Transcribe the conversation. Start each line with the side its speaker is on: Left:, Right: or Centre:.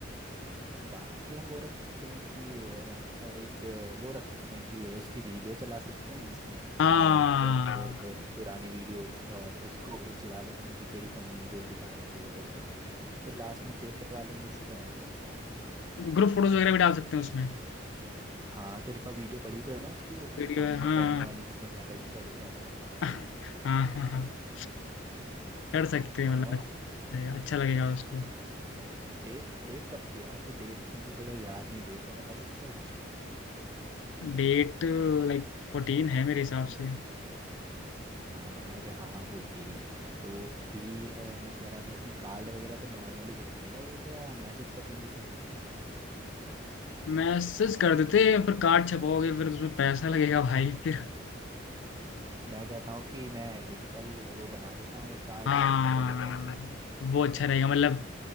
Right: बाकी हम वो रख सकते हैं कि अ, एक अ, वो रख सकते हैं कि उसकी वीडियो चला सकते हैं इसमें अ,
Left: हाँ
Right: तब प्लेयर पे पुरानी वीडियोस और उसको वो चिढ़ा सकते हैं कि तेरी फनी वीडियोस दिखा रहे हैं ये वो करके फिर लास्ट में केक कटवा लेंगे उससे क्या कहता है
Left: ग्रुप फोटोज वगैरह भी डाल सकते हैं उसमें
Right: हाँ तेरे पास वीडियो पड़ी तो है ना उसकी वो
Left: वीडियो
Right: पानी
Left: है,
Right: में
Left: हाँ
Right: तैरने वाली जिसमें मेंढक जैसा दिख रहा था वो
Left: <laughs> हाँ हाँ हाँ कर सकते हैं
Right: और
Left: मतलब लगेगा- अच्छा लगेगा
Right: हम्म,
Left: उसको
Right: और डेट डेट कब की है यार तो डेट मुझे थोड़ा याद नहीं है डेट का बता सकता है कुछ
Left: डेट लाइक फोर्टीन है मेरे हिसाब से
Right: हाँ अरे हाँ हाँ फोर्टीन ही है यार तो अभी अ, मैं कह रहा था कि कार्ड वगैरह तो नॉर्मली दे देंगे ना वो क्या मैसेज कर देंगे सीधे
Left: मैसेज कर देते हैं, पर कार्ड छपाओगे फिर उसमें पैसा लगेगा भाई फिर
Right: अ, मैं कहता हूँ कि मैं डिजिटल वो बना देता हूँ एक कार्ड
Left: हाँ
Right: टाइप का क्या कहता है
Left: वो अच्छा रहेगा मतलब